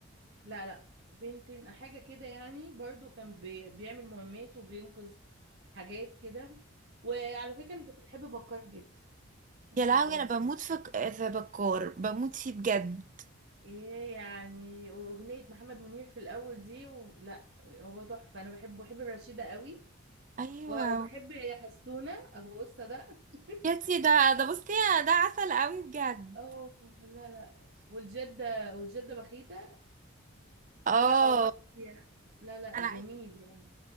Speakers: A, on the right; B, on the right.
A: لا لا بنتين حاجه كده يعني برضو كان بي... بيعمل مهمات وبينقذ حاجات كده وعلى فكره انا كنت بحب بكار جدا جدا
B: يا لهوي أنا بموت في في بكار بموت فيه بجد
A: ايه يعني واغنيه محمد منير في الاول دي و... لا هو تحفه انا بحبه بحب رشيده قوي
B: أيوة
A: و- وبحب حسونه ابو قصه ده <laughs>
B: يا تي ده ده بصي ده عسل قوي بجد
A: اه لا لا والجدة والجدة بخيتة
B: اه
A: لا هو فظيع لا لا
B: انا
A: جميل
B: عايزه
A: يعني